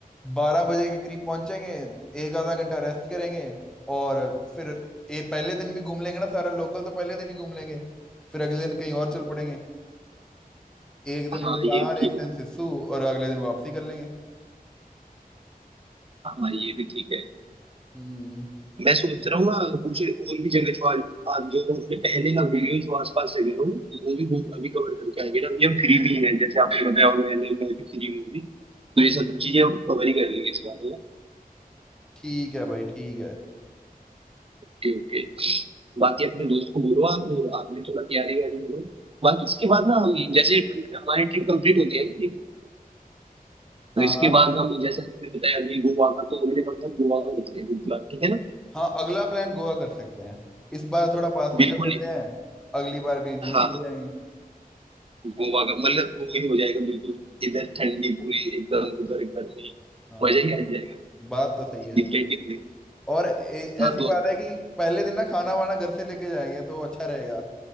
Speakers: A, in the centre; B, on the right.
A: बारह बजे के करीब पहुंचेंगे एक आधा घंटा रेस्ट करेंगे और फिर ए पहले दिन भी घूम लेंगे ना सारा लोकल तो पहले दिन ही घूम लेंगे फिर अगले दिन कहीं और चल पड़ेंगे एक दिन
B: हाँ
A: रोहतान
B: ये भी
A: एक
B: ठीक
A: दिन
B: है
A: सिस्सू और अगले दिन वापसी कर लेंगे
B: हाँ ये भी ठीक है
A: हम्म
B: मैं सोच रहा हूँ ना कुछ और भी जगह जो आज आज जो हमने पहले ना घूमी हुई जो आसपास जगह हो वो भी घूम अभी कवर करके आएंगे ना अभी हम फ्री भी हैं जैसे आपने बताया और मैंने मैं भी फ्री हूँ अभी तो ये सब चीजें कवर ही कर लेंगे इस बार है ना
A: ठीक है भाई ठीक है
B: Okay okay बाकी अपने दोस्त को बोलो आप और आप भी थोड़ा तैयारी वैयारी करो बाकी इसके बाद ना हम जैसे हमारी ट्रिप कंप्लीट होती है ना ये तो
A: हाँ
B: इसके
A: हाँ
B: बाद हम जैसे आपने बताया अभी गोवा का तो अगले मंथ हम गोवा का करते हैं बिल्कुल ठीक है ना
A: हाँ अगला प्लान गोवा कर सकते हैं इस बार थोड़ा पास में
B: बिल्कुल
A: चल लेते हैं अगली बार कहीं दूर
B: हाँ
A: चले जाएंगे
B: गोवा का मतलब वही हो जाएगा बिल्कुल इधर ठंडी पूरी एकदम उधर गर्मी
A: हाँ
B: मजा ही आ जाएगा
A: बात तो सही है
B: डिफरेंट ही रहेगा
A: और ए, ऐसी
B: हाँ तो
A: बात है कि पहले दिन ना खाना वाना घर से लेके जाएंगे तो अच्छा रहेगा